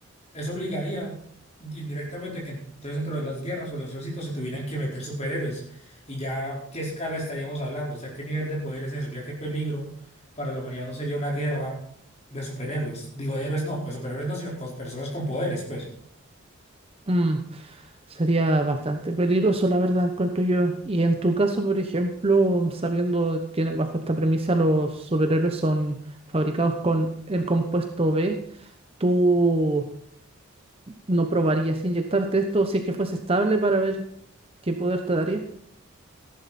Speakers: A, on the left; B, on the right.
A: Eso obligaría indirectamente que entonces dentro de las guerras o los ejércitos se tuvieran que meter superhéroes. Y ya, ¿qué escala estaríamos hablando? O sea, ¿qué nivel de poder es eso? Ya qué peligro para la humanidad no sería una guerra de superhéroes. Digo, de héroes no, pues superhéroes no, sino con personas con poderes, pues.
B: Mm, Sería bastante peligroso, la verdad, encuentro yo. Y en tu caso, por ejemplo, sabiendo que bajo esta premisa los superhéroes son fabricados con el compuesto B, ¿tú ¿No probarías inyectarte esto si es que fuese estable para ver qué poder te daría?